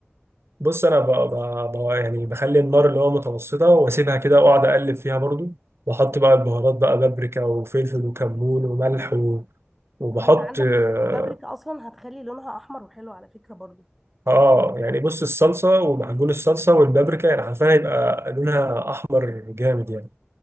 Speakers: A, on the right; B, in the centre.
A: بص انا ب... ب... ب... يعني بخلي النار اللي هو متوسطه واسيبها كده واقعد اقلب فيها برضو واحط بقى البهارات بقى بابريكا وفلفل وكمون وملح و... وبحط
B: طب ما انت عندك
A: اه
B: البابريكا اصلا هتخلي لونها احمر وحلو على فكره برضو
A: آه، يعني بص الصلصه ومعجون الصلصه والبابريكا يعني حرفيا هيبقى لونها احمر جامد يعني